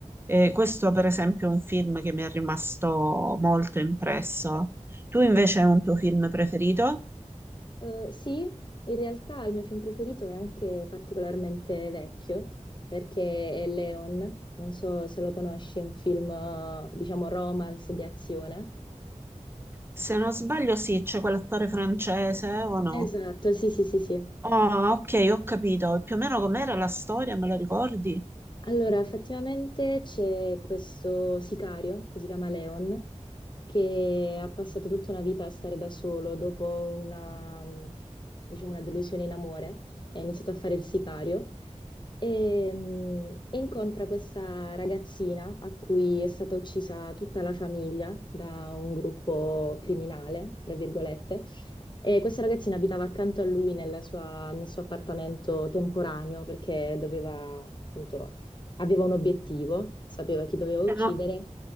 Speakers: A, on the right; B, on the left.
A: E questo, per esempio, è un film che mi è rimasto molto impresso. Tu invece hai un tuo film preferito?
B: Eh, sì, in realtà il mio film preferito è anche particolarmente vecchio, perché è Leon, non so se lo conosci, è un film, eh, diciamo, romance di azione.
A: Se non sbaglio, sì, c'è quell'attore francese o no?
B: Esatto, sì, sì, sì, sì.
A: Oh, ok, ho capito. Più o meno com'era la storia, me la ricordi?
B: Allora, effettivamente c'è questo sicario che si chiama Leon, che ha passato tutta una vita a stare da solo dopo una, mm, diciamo, una delusione in amore, e ha iniziato a fare il sicario e, mm, e incontra questa ragazzina a cui è stata uccisa tutta la famiglia da un gruppo criminale, tra virgolette. E questa ragazzina abitava accanto a lui nella sua- nel suo appartamento temporaneo perché doveva appunto aveva un obiettivo, sapeva chi doveva uccidere.
A: Se, no-